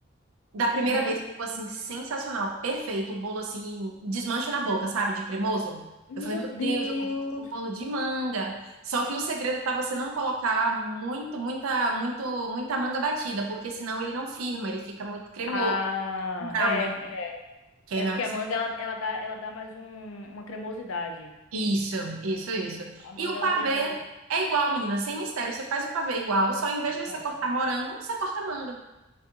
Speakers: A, on the right; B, on the left.
A: Da primeira
B: uhum.
A: vez ficou assim, sensacional, perfeito. O bolo assim, desmancha na boca, sabe? De cremoso.
B: Meu
A: Eu falei, meu
B: Deus.
A: Deus, eu consigo fazer um bolo de manga. Só que o segredo tá você não colocar muito, muita, muito, muita manga batida, porque senão ele não firma, ele fica muito cremoso,
B: Ah,
A: um brownie.
B: é, é,
A: Que
B: é
A: aí não
B: porque
A: é o que
B: a manga
A: você...
B: ela, ela dá, ela dá mais um, uma cremosidade.
A: Isso, isso, isso.
B: A manga
A: E o
B: ela
A: pavê
B: tem essa.
A: é igual, menina, sem mistério. Você faz o pavê igual, só em
B: Hum,
A: vez de você
B: conte.
A: cortar morango, você corta manga.